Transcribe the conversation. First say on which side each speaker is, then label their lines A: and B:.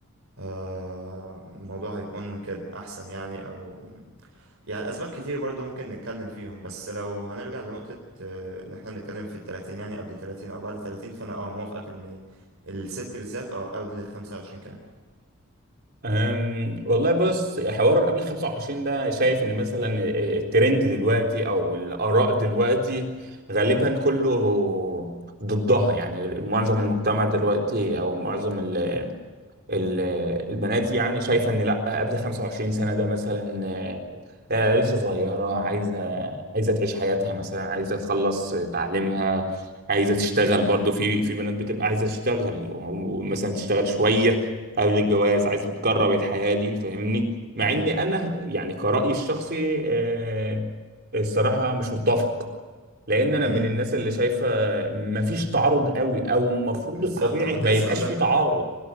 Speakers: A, on the right; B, on the right.
A: آه، الموضوع هيكون كده احسن يعني او يعني الاسباب كتير برضو ممكن نتكلم فيهم بس لو هنرجع لنقطة آه، ان احنا بنتكلم في التلاتين يعني قبل تلاتين او بعد تلاتين فانا اه موافقك ان الست بالذات اه قبل خمسة وعشرين كمان
B: أم، والله بص حوار قبل 25 ده شايف ان مثلا الترند دلوقتي او الاراء دلوقتي غالبا كله ضدها يعني معظم المجتمع دلوقتي او معظم ال- ال- البنات يعني شايفة ان لا قبل 25 سنة ده مثلا آه، آه، لسه صغيرة عايزة عايزة تعيش حياتها مثلا عايزة تخلص تعليمها عايزة تشتغل
A: م-
B: برضو
A: م-
B: في في بنات بتبقى عايزة تشتغل ومثلا تشتغل شوية قبل الجواز عايزة تجرب الحياة دي فاهمني مع
A: م-
B: ان انا يعني كرأيي الشخصي آه، الصراحة مش متفق لان انا
A: م-
B: من الناس اللي شايفة مفيش تعارض قوي او المفروض
A: بالظبط
B: الطبيعي
A: كنت
B: ما
A: لسه
B: يبقاش
A: اقول لك
B: في تعارض